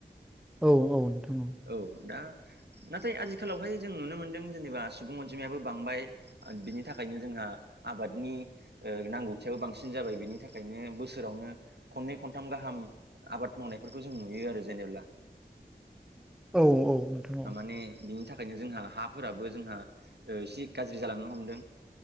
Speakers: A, in the centre; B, on the right.
A: औ औ नोंथां औ।
B: औ दा नाथाय आजिखालावहाय जों नुनो मोनदों जेनेबा सुबुं अनजिमायाबो बांबाय। बिनि थाखायनो जोंहा आबादनि ओ नांगौथियाबो बांसिन जाबाय बिनि थाखायनो बोसोरावनो खननै खनथाम गाहाम आबाद मावनायफोरखौ जों नुयो आरो जेनेब्ला।
A: औ औ नोंथां औ
B: ने बिनि थाखा- यनो जोंहा हाफोराबो जोंहा ओ इसे गाज्रि जालांनो हमदों।